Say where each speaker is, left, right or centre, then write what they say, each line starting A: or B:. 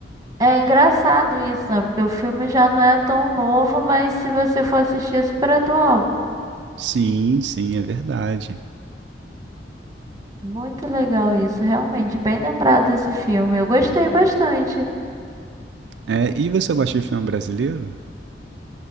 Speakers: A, on the right; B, on the right.
A: é engraçado isso, né? Porque o filme já não é tão novo, mas se você for assistir, é super atual.
B: Sim, sim, é verdade.
A: Muito legal isso, realmente, bem lembrado desse filme. Eu gostei bastante.
B: É, e você gosta de filme brasileiro?